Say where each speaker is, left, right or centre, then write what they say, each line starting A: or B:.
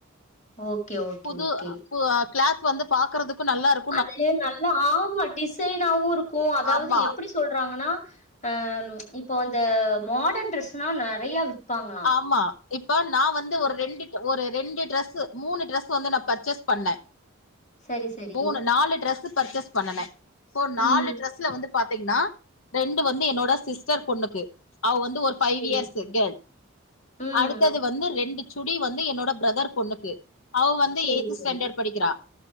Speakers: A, on the left (about 35°); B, on the left (about 70°).
A: ஓகே ஓகே
B: புது
A: ஓகே
B: அ பு கிளாத் வந்து பாக்குறதுக்கு நல்லா இருக்
A: அது நல்லா ஆமா டிசைனாவு இருக்கு அதாவது
B: ஆமா
A: எப்டி சொல்றாங்கன்னா ஆ இப்போ அந்த மாடன் ட்ரெஸ்லா நெறைய விப்பாங்களா
B: ஆமா இப்ப நா வந்து ஒரு ரெண்டு ஒரு ரெண்டு ட்ரெஸ் மூணு ட்ரெஸ் வந்து நா பர்சேஸ் பண்ணே
A: சரி சரி
B: மூணு நாலு டிரெஸ் பர்சேஸ் பண்ணுனே நாலு
A: ம்
B: டிரெஸ்ல வந்து பாத்தீங்கன்னா ரெண்டு வந்து என்னோட சிஸ்டர் பொண்ணுக்கு அவ வந்து ஒரு ஃபைவ்
A: சரி
B: இயர்ஸ் கேர்ள்
A: ம்
B: அடுத்தது வந்து ரெண்டு சுடி வந்து என்னோட பிரதர் பொண்ணுக்கு அவ வந்து
A: சரி
B: எய்த் ஸ்டாண்டர்ட்
A: சரி
B: படிக்கிறா